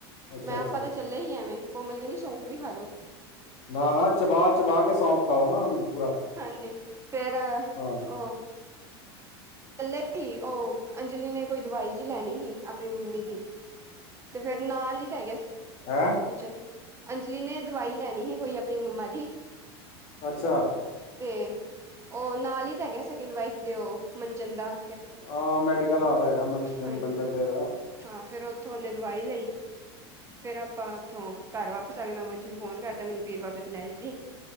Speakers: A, on the left; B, on the right.
A: ਅੱਛਾ
B: ਮੈਂ
A: ਅੱਛਾ
B: ਆਪਾਂ ਤਾਂ ਚੱਲੇ ਹੀ ਐਵੇਂ ਕੋਮਲ ਕਹਿੰਦੀ ਸੌਂਫ ਵੀ ਖਾਲੋੋ।
A: ਨਾ- ਨਾ ਚਬਾ- ਚਬਾ ਕੇ ਸੌਂਫ਼ ਖਾਓ ਨਾ ਉਹਨੂੰ ਪੂਰਾ।
B: ਹਾਂਜੀ ਫੇਰ
A: ਹਾਂ
B: ਉਹ ਇਕੱਲੇ ਹੀ ਉਹ ਅੰਜਲੀ ਨੇ ਕੋਈ ਦਵਾਈ ਜੀ ਲੈਣੀ ਸੀ ਆਪਣੀ ਮੰਮੀ ਦੀ। ਤੇ ਫਿਰ ਨਾਲ ਹੀ ਤਾਂ
A: ਹੈਂ
B: ਹੈ। ਅੰਜਲੀ ਨੇ ਦਵਾਈ ਲੈਣੀ ਸੀ ਕੋਈ ਆਪਣੀ ਮੰਮਾ ਦੀ।
A: ਅੱਛਾ।
B: ਤੇ, ਉਹ ਨਾਲ ਹੀ ਤਾਂ ਹੈਗੇ ਸੈਕਿੰਡ ਵਾਈਫ ਦੇ ਉਹ ਮਨਜੰਦਾ।
A: ਹਾਂ ਮੈਡੀਕਲ ਹਾਲ ਹੈਗਾ ਮੰਜਦੇ
B: ਹਾਂਜੀ
A: ਦਾ।
B: ਹਾਂ ਫਿਰ ਉੱਥੋਂ ਉਹਨੇ ਦਵਾਈ ਲਈ। ਫੇਰ ਆਪਾਂ ਉੱਥੋਂ ਘਰ ਵਾਪਸ ਆ ਗਏ ਮੈਂ ਮੰਜੂ ਨੂੰ ਫੋਨ ਕਰਤਾ ਮੈਨੂੰ ਪੀਰ ਬਾਬੇ ਤੋਂ ਲੈ ਜੀ।